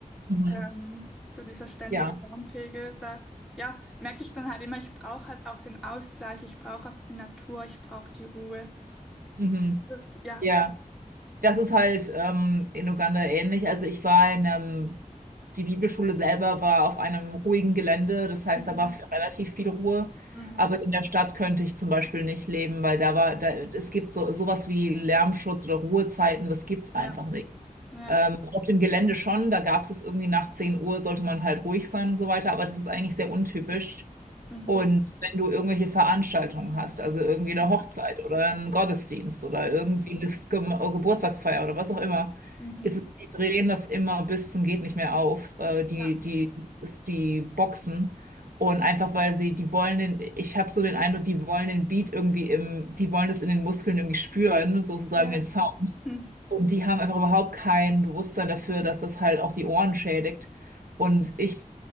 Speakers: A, on the right; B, in the centre.
A: Mhm.
B: Ähm, so dieser ständige
A: Ja.
B: Lärmpegel, da, ja, merke ich dann halt immer, ich brauche halt auch den Ausgleich, ich brauche auch die Natur, ich brauche die Ruhe.
A: Mhm.
B: Das, ja.
A: Ja. Das ist halt ähm, in Uganda ähnlich. Also ich war in einem, die Bibelschule selber war auf einem ruhigen Gelände, das heißt,
B: Mhm.
A: da war relativ viel Ruhe.
B: Mhm.
A: Aber in der Stadt könnte ich zum Beispiel nicht leben, weil da war, da, es gibt so sowas wie Lärmschutz oder Ruhezeiten, das gibt's
B: Ja,
A: einfach nicht.
B: ja.
A: Ähm, auf dem Gelände schon, da gab es es irgendwie nach 10 Uhr, sollte man halt ruhig sein und so weiter, aber das ist eigentlich sehr untypisch.
B: Mhm.
A: Und wenn du irgendwelche Veranstaltungen hast, also irgendwie eine
B: Mhm.
A: Hochzeit oder einen Gottesdienst oder
B: Ja,
A: irgendwie eine Ge Geburtstagsfeier oder was auch immer,
B: mhm.
A: ist es, die drehen das immer bis zum geht nicht mehr auf, äh, die,
B: Ja,
A: die, ist die Boxen. Und einfach weil sie, die wollen den, ich habe so den Eindruck, die wollen den Beat irgendwie im, die wollen es in den Muskeln irgendwie spüren, sozusagen
B: ja.
A: den Sound.
B: Mhm.
A: Und die haben einfach überhaupt kein Bewusstsein dafür, dass das halt auch die Ohren schädigt. Und ich